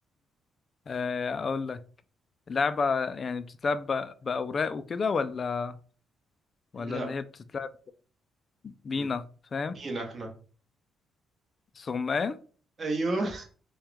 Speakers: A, on the left; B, on the right.
A: آه، اقول لك اللعبة يعني بتتلعب ب- بأوراق وكده ولا
B: لا
A: ولا اللي هي بتتلعب بينا
B: مم.
A: فاهم
B: بينا احنا
A: السغماية
B: ايوه